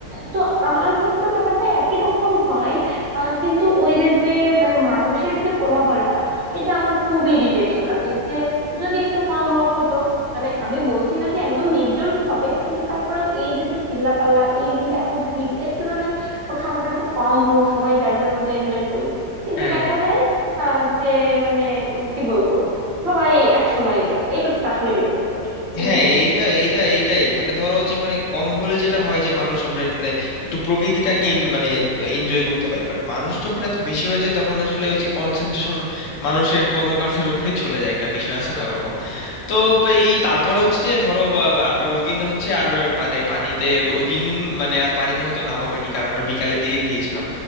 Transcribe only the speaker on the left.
হ্যাঁ
হ্যাঁ
এইটা এইটা এইটাই মানে ধরো যে মানে কম হলে যেটা হয় যে মানুষ আমরা মানে একটু প্রকৃতিটাকে in- মানে এনজয় করতে পারি বাট মানুষ যখন এত বেশি হয়ে যায় তখন আসলে ওই যে কনসেন্ট্রেশন মানুষের কর্মকাণ্ডের উপরে চলে যায় একটা বিষয় আছে না ওরকম তো এই তারপরে হচ্ছে যে ধরো বা- বা আমরা ওই দিন হচ্ছে আর মানে পানিতে ওই দিন মানে আর পানিতে হয়তো নামা হয়নি কারণ আমরা বিকালের দিকে গিয়েছিলাম